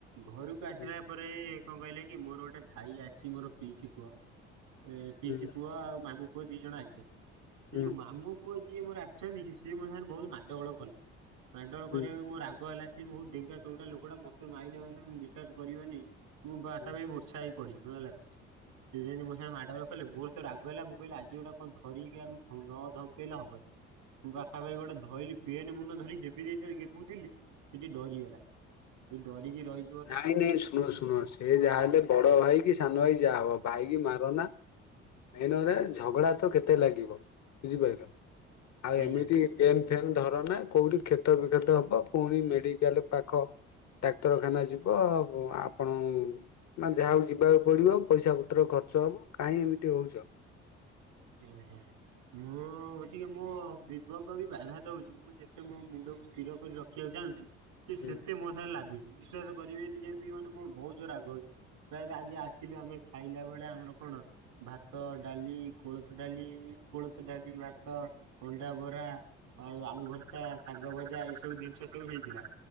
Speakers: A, on the right; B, on the left.
A: ଘରୁକୁ ଆସିଲା
B: ହୁଁ।
A: ପରେ କଣ କଇଲେ କି ମୋର ଗୋଟେ ଭାଇ ଆସିଚି ମୋର ପିଇସି ପୁଅ ଏ ପିଇସି
B: ହୁଁ
A: ପୁଅ ଆଉ ମାମୁ ପୁଅ ଦି ଜଣ ଆଇ ଚନ୍ତି ସେଇ
B: ହୁଁ
A: ଯୋଉ ମାମୁଁ ପୁଅ ଯିଏ ମୋର ଆସିଚନ୍ତି କି ସିଏ ମୋ ସାଙ୍ଗରେ ବହୁତ ମାଡ ଗୋଳ କଲେ। ମାଡ ଗୋଳ କରିବାକୁ
B: ହୁଁ
A: ମୋର ରାଗ ହେଲା ସିଏ ବହୁତୁ ଡେଙ୍ଗା ଚୋଉଡ଼ା ଲୋକଟା ମତେ ମାଇଲେ ମାନେ ମୁଁ ବିଶ୍ଵାସ କରିବନି ମୁଁ ପାଖାପାଖି
B: ହୁଁ
A: ମୁର୍ଚ୍ଛା ହେଇ ପଡିଲି ଭଳିଆ ଲାଗୁଚି ସିଏ ଯେମିତି ମୋ ସାଙ୍ଗରେ ମାଡ ଗୋଳ କଲେ ମୋର ତ ରା କଇଲା ମୁଁ କଇଲ ଆଜି ଗୋଟା କଣ ଧରିକି କାହାକୁ ଧ ନ ଧମକେଇଲେ ହବନି ମୁଁ
B: ହୁଁ
A: ପାଖାପାଖି ଗୋଟେ ଧଇଲି ପେନ୍ ମୁନ ଧରିିକି ଗେବି ଦେଇଥାନ୍ତି ଗେବୁ ଥିଲି ସେ ଟିକେ ଡରିଗଲା ସେ ଡରିକି
B: ହଁ।
A: ରହି
B: ନାଇଁ ନାଇଁ ଶୁଣ ଶୁଣ ସେ ଯାହାହେଲେ ବଡ ଭାଇ କି ସାନ ଭାଇ ଯାହା ହବ ଭାଇ କି ମାର ନା ମେନରେ ଝଗଡା ତ କେତେ ଲାଗିବ ବୁଝିପାଇଲ? ଆଉ
A: ଆଜ୍ଞା।
B: ଏମିତି ପେନ୍ ଫେନ୍ ଧର ନା କୋଉଠି କ୍ଷ ତ ବିକ୍ଷତ ହବ ପୁଣି ମେଡିକାଲ ପାଖ ଡାକ୍ତରଖାନା ଯିବ ଆଉ ଆପଣ ଉଁ ମାନେ ଯାହା ହଉ ଯିବାକୁ ପଡିବ ପଇସା ପତ୍ର ଖର୍ଚ୍ଚ ସବୁ କାହିଁ ଏମିତି ହଉଚ?
A: ଉଁ ହୁଁ ମୁଁ ଟିକେ ମୁଁ ବିବକ ବି ବାଧା ଦେଉଚି ମୁଁ ଯେତେ ମୋ ମୁଣ୍ଡକୁ ସ୍ଥିର କରି ରଖିବାକୁ ଚାହୁଁଛି ସେ
B: ହୁଁ
A: ସେତେ ମୋ ସାଙ୍ଗରେ ଲାଗୁଚି ବିଶ୍ଵାସ କରିବେନି ଯେଦି ମାନେ ମୋ ବହୁତ ଜୋର ରାଗ ହଉଚି। ପ୍ରାୟତଃ ଆଜି ଆସିଲୁ ଆମେ ଖାଇଲା ବେଳେ ଆମର କଣ ଭାତ ଡାଲି କୋଳଥ ଡାଲି କୋଳଥ ଡାଲି ଭାତ ଅଣ୍ଡା ବରା ଆଉ ଆଳୁ ଭରତା ସା ଗ ଭଜା ଏଇ ସବୁ ଜିନିଷ ସବୁ ହେଇଥିଲା